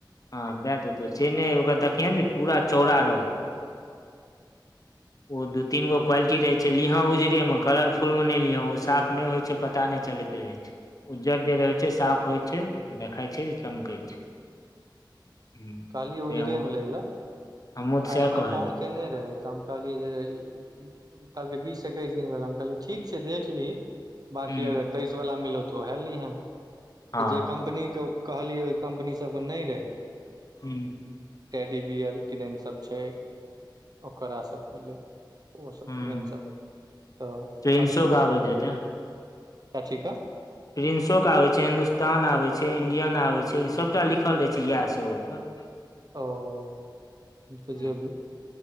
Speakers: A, on the left; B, on the right.
A: हँ दए देतौ से नय ओकर देखिय ने जे पूरा चौड़ा रहौ ओ दू तीन गो क्वालिटी रहे छै लिह उजरे मे कलरफुल मे न नय लिह ओ साफ नय होइ छै पता नय चलैत रहे छै उज्जर जे रहय छै साफ होय छै आ देखई छै जे चमकै छै हूँ
B: कहलियै
A: से
B: उजरे
A: हम
B: मे लेल त
A: हमहुँ सएह
B: आइ हमरा
A: कहलियै
B: फोन केने रहे तऽ हम कहलियै जे कहलकै बीस एक्ैस दिन भेल हम कहलिए ठीक छै देख लीही बाकी
A: हूँ
B: अगर तेइस वला मिलो तो वएह लिहे
A: हँ
B: जे कम्पनी के कहलियै ओहि कम्पनी सब नहि रहे
A: हू
B: टेडी बियर किदन सब छै ओकरा सबके लेल तऽ ओसभ
A: हूँ
B: किरैन सभ तऽ
A: प्रिंसो
B: बढ़िएँ
A: के आबैत
B: छै
A: हेतै
B: कथि क
A: प्रिन्सोके आबै छै हिन्दुस्तान आबै छै इण्डियन आबै छै सभटा लिखल रहै छै इएह सभ ओहिपर
B: ओ तऽ
A: हूँ
B: जेबी